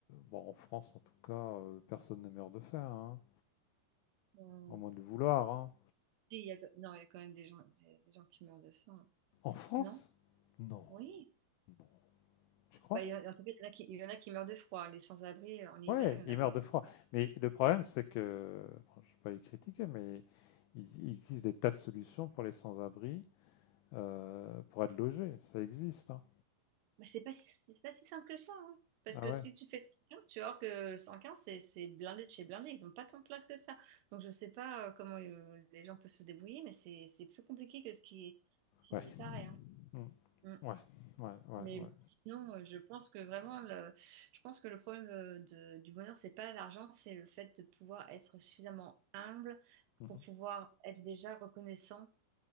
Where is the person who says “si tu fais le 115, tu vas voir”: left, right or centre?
Right